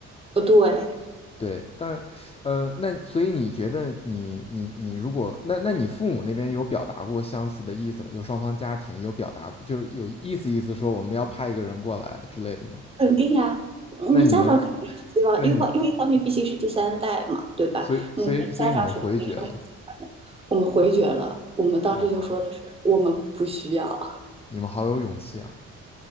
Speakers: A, on the right; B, on the left.
A: 不对，
B: 对，但呃，那所以你觉得你你你如果那那你父母那边有表达过相似的意思吗？就双方家庭有表达，过，就是有意思意思说我们要派一个人过来之类的吗？
A: 肯定呀、嗯
B: 那你们
A: 你家长肯定是希望，
B: 那你们
A: 因为因为一方面毕竟是第三代嘛，对吧？
B: 所以所以所以你们回绝了，
A: 你家长是肯定是很喜欢的。我们回绝了，我们当时就说的是我们不需要。
B: 哇，你们好有勇气啊！